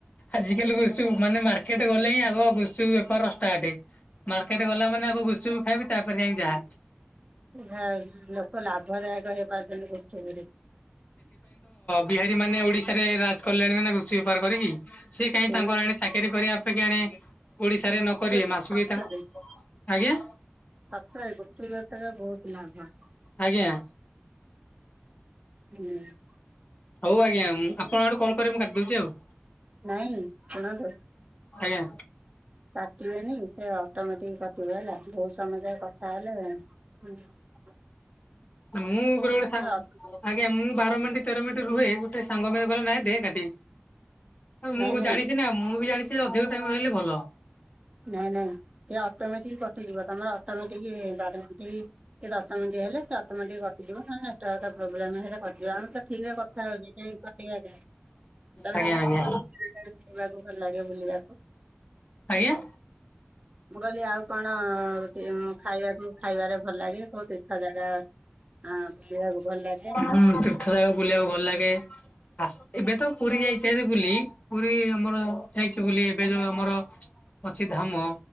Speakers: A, on the left; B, on the right.
A: ଆଜିକାଲି ଗୁପଚୁପ ମାନେ ମାର୍କେଟ ଗଲେ ହିଁ ଆଗ ଗୁପଚୁପ ବେପାର ଷ୍ଟାର୍ଟେ। ମାର୍କେଟ ଗଲା ମାନେ ଆଗ ଗୁପଚୁପ ଖାଇବି ତାପରେ ଯାଇଁ ଯାହା।
B: ଯାହାହୋଉ ଲୋକ ଲାଭଦାୟକ ହେଇପାରୁଚନ୍ତି ଗୁପଚୁପରେ।
A: ବିହାରୀମାନେ ଓଡିଶାରେ ରାଜ କଲେଣି ନା ନାଇଁ ଗୁପଚୁପ ବେପାର କରିକି ସିଏ କାଇଁ
B: ସେଇଭଳି
A: ତାଙ୍କର ଏଣେ ଚାକିରି କରିବା କିଆଣି ଓଡିଶାରେ
B: ଗୁପଚୁପ
A: ନ କରିବେ
B: ବେପାର
A: ମାସୁକୁ
B: ସତରେ
A: ବି ତାଙ୍କ ଆଜ୍ଞା?
B: ସତରେ ଗୁପଚୁପ ବେପାରେ ବୋହୁତ ଲାଭ।
A: ଆଜ୍ଞା।
B: ହୁଁ‌।
A: ହୋଉ ଆଜ୍ଞା ମୁଁ ଆପଣଙ୍କ ଆଡୁ କଲ୍ କରିବେ ମୁଁ କାଟିିଦୋଉଚି ଆଉ।
B: ନାଇଁ ଶୁଣନ୍ତୁ
A: ଆଜ୍ଞା
B: କାଟିବେନି ସେ ଅଟୋମେଟିକ କଟିବ ହେଲା ବୋହୁତ ସମୟ ଯାଏ କଥା ହେଲେ ହୁଁ ହାଲୋ।
A: ନା ମୁଁ କୁଆଡେ ଗୋଟେ ସାଙ୍ଗ
B: ଅଟୋ
A: ଆଜ୍ଞା ମୁଁ ବାର ମିନଟି, ତେର ମିନଟି ରୁହେ ଗୋଟେ ସାଙ୍ଗ ମୋର କହିଲା ନାଇଁ ଦେ କାଟିି। ଆଉ ମୁଁ
B: ନାଇଁ
A: କ
B: ନାଇଁ
A: ଜାଣିଚି ନା ମୁଁ ବି ଜାଣିଚି ଯେ ଅଧିକ ଟାଇମ ରହିଲି ଭଲ।
B: ନାଇଁ ନାଇଁ ସେ ଅଟୋମେଟିକ କଟିଯିବ ତମର ଅଟୋମେଟିକ ବାର ମିନଟି କି ଦଶ ମିନଟି ହେଲେ ସେ ଅଟୋମେଟିକ କ ଟିଯିବ ନହେଲେ ନେଟୱାର୍କ ପ୍ରୋବ୍ଲେମ ହେଲେ କଟିବ ଆମେ ତ ଠିକରେ କଥା ହୋଉଚେ କାଇଁ କଟିବ କାଇଁ ତାପରେ
A: ଆଜ୍ଞା
B: ଆଉ
A: ଆଜ୍ଞା
B: କୋଉ <inaudible> ଭଲ ଲାଗେ ବୁଲିବାକୁ?
A: ଆଜ୍ଞା‌?
B: ମୁଁ କହିଲି ଆଉ କଣ ଗୋଟେ ମୁଁ ଖାଇବାକୁ ଖାଇବାରେ ଭଲ ଲାଗେ, ସବୁ ତୀର୍ଥ ଜାଗା ଅ ବୁଲିବାକୁ ଭଲ ଲାଗେ?
A: ହୁଁ ତୀର୍ଥ ଯାଗା ବୁଲିବାକୁ ଭଲ ଲାଗେ ଆସ୍ ଏବେ ତ ପୁରୀ ଯାଇଚେ ହାରି ବୁଲି ପୁରୀ ଆମର ହେଇଛି ବୁଲି ଏବେ ଯୋଉ ଆମର ଅଛି ଧାମ।